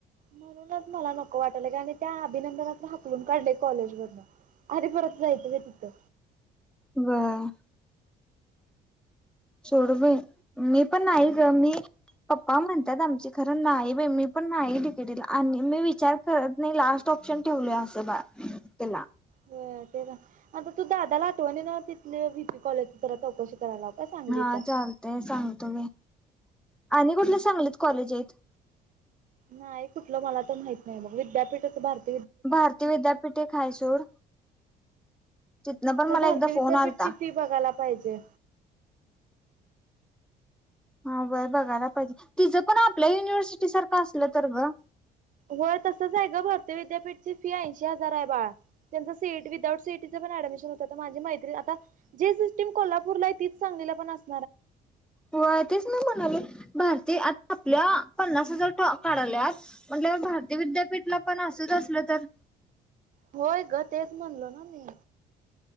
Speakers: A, on the right (about 50°); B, in the centre.
A: म्हणूनच मला नको वाटवलं त्या अभिनंदनात हकलून काढलेय कॉलेजमधन. आणि परत जायचं होय तिथं?
B: वय. सोड बाई मी पण नाही ग मी पप्पा म्हणतात, आमचे खरं नाही बाई मी पण नाही, तिकेटीला आणि मी विचार करत नाही लास्ट ऑप्शन त्यानं ठेव असं बाळ त्याला.
A: व ते आता तू दादाला आठवणी ना तिथले वहीपी कॉलेज तर चौकशी- कराला का सांगलीच्या-
B: हा चालतय सांगतो मी आणि कुठले सांगलीत कॉलेज आहेत.
A: नाही कुठलं मला तर माहित नाही, मग विद्यापीठचं भारत-
B: भारतीय विद्यापीठ हाय सोड. तिथनं पण
A: का
B: मला
A: भारतीय
B: एकदा फोन
A: विद्यापीठची
B: आलता
A: फी बघायला पाहिजे.
B: हा बय बघायला पाहिजे, तिचं पण आपल्या युनिव्हर्सिटी सारखं असलं तर ग
A: होय तसच आहे गं भरती विद्यापीठची फी ऐंशी हजार आहे, बाळ त्यांच seat- without C A T चा ऑडमिशन होत, माझी मैत्रीण आता जी सिटीम कोल्हापरला आहे, तीच सांगली ला पण असत्या.
B: हो तेच ना मी म्हणाले. भारतीय <unintelligible> आ आपल्या पन्नास हजार काढल्या म्हट भारतीय विद्यापीठला पण असं, असलं तर.
A: होय ग तेच म्हणलो ना मी,